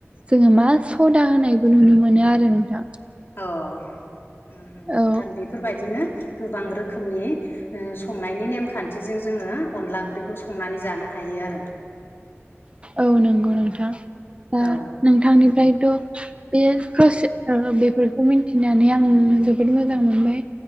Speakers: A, on the right (about 25°); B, on the left (about 55°).
A: जोङो मा सदा होनायबो नुनो मोनो आरो नोंथां
B: अ नोंथां उम उम नोंथां
A: औ
B: बेफोरबायदिनो गोबां रोखोमनि ओ संनायनि नेमखान्थिजों जोङो अनला ओंख्रिखौ संनानै जानो हायो आरो
A: औ नंगौ
B: औ
A: नोंथां दा
B: औ
A: नोंथांनिफ्रायथ' बे प्रसे बेफोरखौ मिन्थिनानै आं जोबोद मोजां मोनबाय